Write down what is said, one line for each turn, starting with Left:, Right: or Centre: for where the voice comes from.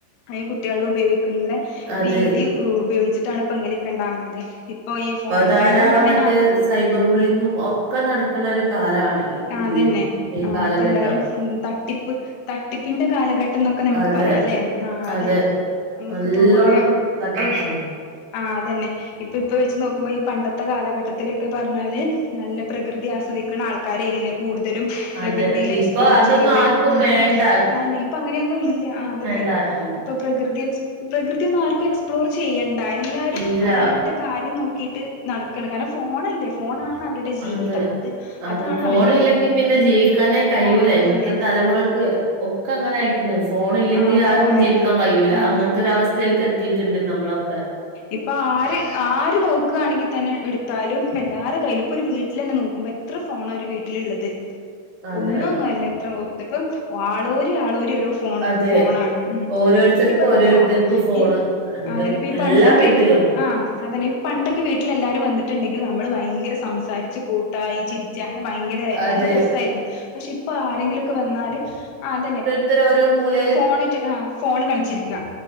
Left: അയ് ഈ കുട്ടികള് ഉപയോഗിക്കണ്ട
Right: അതെ
Left: രീതി ഉപയോഗിച്ചിട്ടാണ് ഇപ്പ ഇങ്ങനെയൊക്കെ ഒണ്ടാവുന്നത് ഇപ്പൊ ഈ ഫോണുപയോഗം
Right: ധാരാളം
Left: തന്നെ
Right: മറ്റേ
Left: ആ
Right: സൈബർ ബുള്ളിങ്ങും ഒക്കെ നടക്കണ ഒരു കാലാണ് ഈ
Left: ആ
Right: ഇതില്
Left: അതന്നെ
Right: ഈ
Left: ആ
Right: കാലഘട്ടം
Left: ഇപ്പ എല്ലാരും ഉം തട്ടിപ്പ് തട്ടിപ്പിന്റെ കാലഘട്ടന്നൊക്കെ ഒക്കെ നമുക്കുപറയാല്ലേ
Right: അതെ
Left: ആ അതുതന്നെ
Right: അതെ
Left: നമുക്കിപ്പോ
Right: നല്ലോണം
Left: കൊറേ
Right: തട്ടിപ്പാണ്
Left: ആ അതന്നെ ഇപ്പൊ ഇപ്പൊ വെച്ചു നോക്കുമ്പോ ഈ പണ്ടത്തെ കാലഘട്ടത്തിലൊക്കെ പറഞ്ഞാല് നല്ല പ്രകൃതി ആസ്വദിക്കണ ആൾക്കാരില്ലേ കൂടുതലും പ്രകൃതിയില്
Right: അതെ ഇപ്പൊ
Left: എക്സ്പ്ലോറുചെയ്ത്
Right: അതൊന്നും ആർക്കും
Left: ഉം
Right: വേണ്ട
Left: അയന്നെ ഇപ്പ അങ്ങനെയൊന്നും ഇല്ല ആ അതന്നെ
Right: റ്റാർക്കും
Left: ഇപ്പോ പ്രകൃതി എക് പ്രകൃതി ഒന്നും ആർക്കും എക്സ്പ്ലോർ ചെയ്യേണ്ട എല്ലാരും
Right: ഇല്ല
Left: അവനവൻ്റെ കാര്യം നോക്കിട്ട് നടക്കണം കാരണം ഫോണല്ലേ ഫോണ് ആണ് അവരുടെ ജീവിതം
Right: അതെ
Left: അത്
Right: അതെ
Left: അതാണ്
Right: ഫോണ്
Left: അവർക്ക്
Right: ഇല്ലെങ്കിൽ
Left: ഉം
Right: പിന്നെ ജീവിക്കാനേ കഴിയൂല
Left: ആഹ് അതന്നെ
Right: ഇന്നത്തെ തലമുറക്ക് ഒക്കെ അങ്ങനെ ആയിക്കണ് ഫോൺ ഇല്ലെങ്കില്
Left: ആഹ്
Right: ആർക്കും
Left: ഫോണ്
Right: ജീവിക്കാൻ കഴിയൂല്ല
Left: ആഹ്
Right: അങ്ങനത്തെ ഒരു അവസ്ഥയിലേക്ക് എത്തിയിട്ടുണ്ട് നമ്മളൊക്കെ
Left: ഇപ്പം ആര് ആര് നോക്കുകയാണെങ്കിൽ തന്നെ എടുത്താലും എല്ലാരെ കയ്യിലും ഇപ്പം ഒരു വീട്ടിൽ തന്നെ നോക്കുമ്പോ എ എത്ര ഫോണാ ഒരു വീട്ടില് ഇള്ളത്
Right: അതെ
Left: ഒന്നും ഒന്നും അല്ല എത്ര ഇപ്പം ആളോരി ആളോരി ഓരോ ഫോണ്
Right: അതെ
Left: ഫോണണ് ഉം
Right: ഓരോരുത്തർക്കും
Left: ഇതൊക്കെ പറഞ്ഞ
Right: ഓരോരുത്തർക്കും
Left: ആ
Right: ഫോണ്
Left: ഈ
Right: ഉണ്ട്
Left: അതന്നെ ഇപ്പൊ ഈ
Right: എല്ലാ
Left: പണ്ടൊക്കെ
Right: വീട്ടിലും
Left: ആഹ് അതന്നെ ഇത് പണ്ടൊക്കെ വീട്ടിൽെ എല്ലാരും വന്നിട്ടുണ്ടെങ്കിൽ നമ്മള് ഭയങ്കര സംസാരിച്ച് കൂട്ട കുട്ടായി ചിരിച്ച അങ്ങനെ ഭയങ്കര
Right: അതെ
Left: നല്ല രസമായിരുന്നു പക്ഷെ ഇപ്പൊ ആരെങ്കിലും ഒക്കെ വന്നാല് അതന്നെ
Right: ഒരോര്ത്തര് ഓരോ മൂലേ
Left: ഫോൺ ആയിറ്റ് ആ ഫോണ് കളിച്ചിരിക്കുക